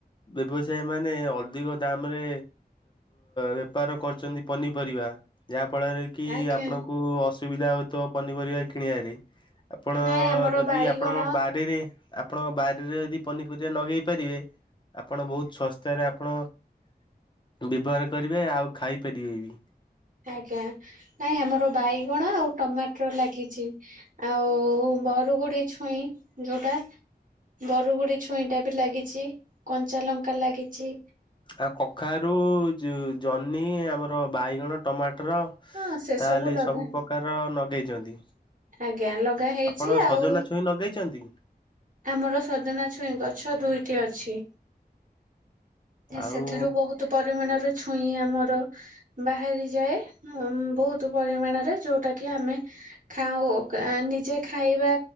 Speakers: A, on the left (about 30°); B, on the right (about 50°).
A: ବ୍ୟବସାୟୀ ମାନେ ଅଧିକ ଦାମ୍ ରେ ବେପାର କରୁଛନ୍ତି ପନିପରିବା ଯାହା ଫଳରେ କି
B: ଆଜ୍ଞା
A: ଆପଣଙ୍କୁ ଅସୁବିଧା ହଉଥିବ ପନିପରିବା କିଣିବାରେ। ଆପଣ
B: ନାଇଁ ଆମର
A: ଯଦି
B: ବାଇଗଣ
A: ଆପଣଙ୍କ ବାରିରେ ଆପଣଙ୍କ ବାରିରେ ଯଦି ପନିପରିବା ନଗେଇପାରିବେ। ଆପଣ ବହୁତ ଶସ୍ତାରେ ଆପଣ ବ୍ୟବହାର କରିବେ ଆଉ ଖାଇପାରିବେ ବି।
B: ଆଜ୍ଞା ନାଇଁ ଆମର ବାଇଗଣ ଆଉ ଟମାଟର ଲାଗିଛି। ଆଉ ବରୁଗୁଡି ଛୁଇଁ ଯୋଉଟା। ବରୁଗୁଡି ଛୁଇଁ ଟା ବି ଲାଗିଛି କଞ୍ଚା ଲଙ୍କା ଲାଗିଛି।
A: ଆଉ କଖାରୁ ଜହ୍ନି ଆମର ବାଇଗଣ ଟମାଟର
B: ହଁ ସେ
A: ତାହେଲେ
B: ଲଗା
A: ସବୁ ପ୍ରକାର ଲଗେଇଛନ୍ତି।
B: ଆଜ୍ଞା ଲଗାହେଇଛି
A: ଆପଣ ସଜନା
B: ଆଉ।
A: ଛୁଇଁ ଲଗେଇଛନ୍ତି?
B: ଆମର ସଜନା ଛୁଇଁ ଗଛ ଦୁଇଟି ଅଛି।
A: ଆଉ
B: ସେଥିରୁ ବହୁତ ପରିମାଣର ଛୁଇଁ ଆମର ବାହାରି ଯାଏ ବହୁତୁ ପରିମାଣରେ ଯୋଉଟା କି ଆମେ ଖାଉ କା ନିଜେ ଖାଇବା